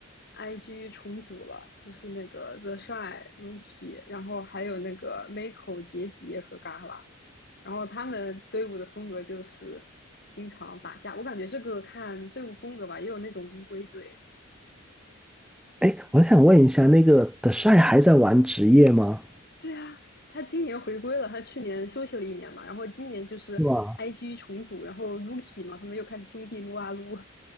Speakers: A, on the left; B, in the centre.
A: IG 重组了，就是那个 The Shy、Rookie，然后还有那个 Miko、杰杰和 Gala，然后他们队伍的风格就是经常打架。我感觉这个看队伍风格吧，也有那种乌龟队。
B: 哎，我想问一下，那个 The Shy 还在玩职业吗？
A: 对啊，他今年回归了，他去年休息了一年嘛，然后今年就是
B: 是吧？
A: IG 重组，然后 Rookie 嘛，他们又开始兄弟撸啊撸